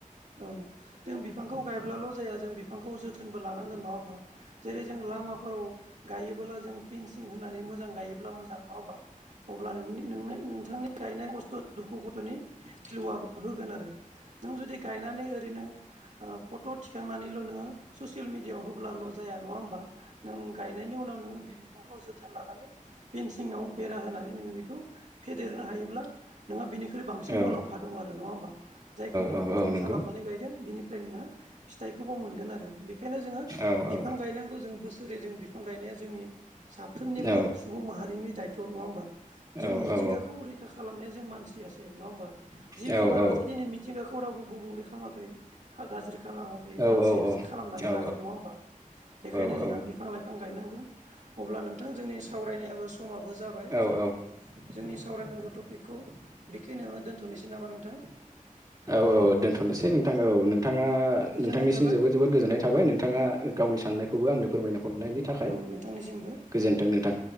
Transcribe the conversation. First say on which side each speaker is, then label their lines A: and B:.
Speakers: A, on the right; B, on the right.
A: औ जों बिफांखौ गायब्लाल' जाया जों बिफांखौ जो जोथोनबो लानांगोन नङा होमबा जेरै जों लामाफोराव गायोबोब्ला जों फेनसिं होनानै मोजां गायोब्ला मोजां नङा होनबा अब्ला नोंनि नोंथांनि गायनाय खस्थ' दुखु गथ'नि फिलुआबो होगोन आरो नों जुदि गायनानै ओरैनो ओ फट' थिखांनानैल' नोङो ससियेल मिडियाआव होब्लाल' जाया नङा होमबा नों गायनायनि उनाव नोङो बे बिफांखौ जोथ थोन लानानै फेनसिंआव बेरा होनानै नोङो बेखौ फेदेरनो हायोब्ला नोंहा बेनि फ्राय बांसिन
B: औ
A: मुलाम्फा दङ आरो नङा होमबा जायखौ नों
B: औ
A: खस्थ'
B: औ नंगौ
A: खालामनानै गायदों बिनिफ्राय नोङो फिथायखौबो मोनगोन आरो बे बेखायनो जोङो
B: औ औ
A: बिफां गायनांगौ जोङो बोसोरै जों बिफां गायनाया जोंनि साफ्रोमनिबो
B: औ
A: सुबुं माहा हारिनि दायथ' नङा होमबा।
B: औ
A: जों
B: औ
A: मिथिंगाखौ रैखा खालामनाया जों मानसियासो नङा होमबा जिब
B: औ
A: जुनाराथ'
B: औ
A: दिनै मिथिंगाखौ रावबो गुबुंले खा खालामाखै हा गाज्रि खालामाखै
B: औ
A: मानसियासो खालामनानै
B: औ
A: लादों नङा होमबा बेखायनो
B: औ
A: जोङो बिफां लाइफां गायनांगौ। अब्ला नोंथां जोंनि सावरायनायाबो समाबो जाबाय जों
B: औ
A: जोंनि सावरायनांगौ टपिकखौ बेखिनियावनो दोन्थ'नोसै नामा नोंथां?
B: औ औ औ दोनथ'नोसै नोंथां औ नोंथाङा
A: गोजोननाय
B: नोंथांनिसिम
A: थाबाय
B: जोबोद जोबोद गोजोननाय थाबाय नोंथाङा गावनि साननायखौबो आंनो फोरमायना हरनायनि थाखाय
A: औ नोंथांनिसिमबो
B: गोजोन्थों नोंथां।